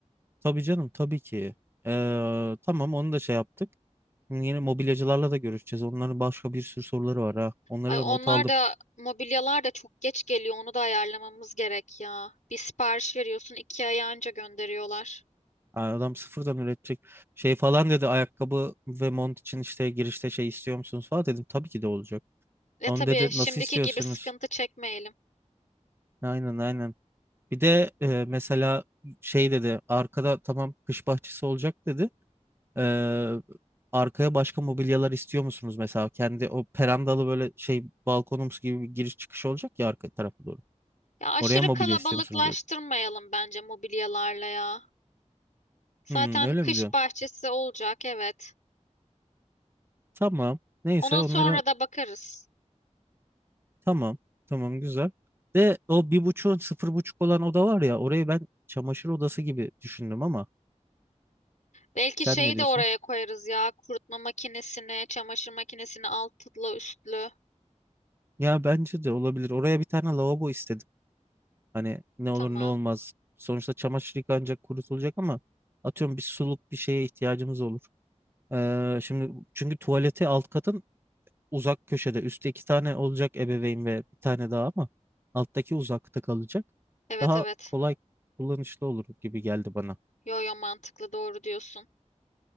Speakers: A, on the right (about 20°); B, on the left (about 85°).
A: Tabii canım tabii ki. Ee, tamam onu da şey yaptık. Yeni mobilyacılarla da görüşeceğiz. Onların başka bir sürü soruları var ha. Onları
B: Ay
A: da
B: onlar
A: not aldım.
B: da mobilyalar da çok geç geliyor. Onu da ayarlamamız gerek ya. Bir sipariş veriyorsun iki ay anca gönderiyorlar.
A: Aa, Adam sıfırdan üretecek şey falan dedi ayakkabı ve mont için işte girişte şey istiyor musunuz falan dedim tabii ki de olacak.
B: Ve
A: Onu
B: tabii
A: dedi
B: şimdiki
A: nasıl istiyorsunuz?
B: gibi sıkıntı çekmeyelim.
A: Aynen aynen. Bir de e, mesela şey dedi arkada tamam kış bahçesi olacak dedi. Ee, arkaya başka mobilyalar istiyor musunuz mesela kendi o perandalı böyle şey balkonumuz gibi bir giriş çıkış olacak ya arka tarafa doğru.
B: Ya aşırı
A: Oraya mobilya
B: kalabalıklaştırmayalım
A: istiyor musunuz dedi.
B: bence mobilyalarla ya. Zaten
A: Hmm, öyle
B: kış
A: mi diyorsun?
B: bahçesi olacak evet.
A: Tamam. Neyse
B: Ona
A: onları
B: sonra da bakarız.
A: Tamam. Tamam güzel. De o bir buçuğun sıfır buçuk olan oda var ya orayı ben çamaşır odası gibi düşündüm ama
B: Belki
A: sen
B: şeyi
A: ne diyorsun?
B: de oraya koyarız ya. Kurutma makinesini, çamaşır makinesini altlı üstlü.
A: Ya bence de olabilir. Oraya bir tane lavabo istedim. Hani ne olur
B: Tamam.
A: ne olmaz. Sonuçta çamaşır yıkanacak kurutulacak ama atıyorum bir suluk bir şeye ihtiyacımız olur. Ee, şimdi çünkü tuvaleti alt katın uzak köşede. Üstte iki tane olacak ebeveyn ve bir tane daha ama alttaki uzakta kalacak.
B: Evet
A: Daha
B: evet.
A: kolay kullanışlı olur gibi geldi bana.
B: Yo yo mantıklı doğru diyorsun.